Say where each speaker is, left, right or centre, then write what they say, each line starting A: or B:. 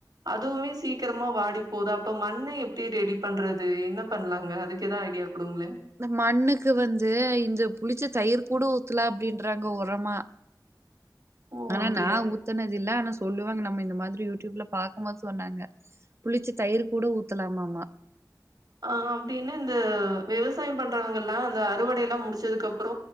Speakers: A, on the right; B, on the right.
A: அதுவுமே சீக்கிரமா வாடி போது அப்ப மண்ண எப்டி ரெடி பண்றது என்ன பண்லாங்க அதுக்கு எதா ஐடியா கொடுங்களே
B: இந்த மண்ணுக்கு வந்து இந்த புளிச்ச தயிர் கூட ஊத்துல அப்படின்றாங்க உரமா
A: ஓ!
B: ஆனா
A: அப்படியா?
B: நான் ஊத்தனது இல்ல ஆனா சொல்லுவாங்க நம்ம இந்த மாதிரி யூடியூப்ல பார்க்கும்போது சொன்னாங்க புளிச்சு தயிர் கூட ஊத்தலாமாமா
A: ஆ அப்டின்னு இந்த விவசாயம் பண்றவங்க எல்லா அந்த அறுவடை எல்லா முடிச்சதுக்கு அப்புற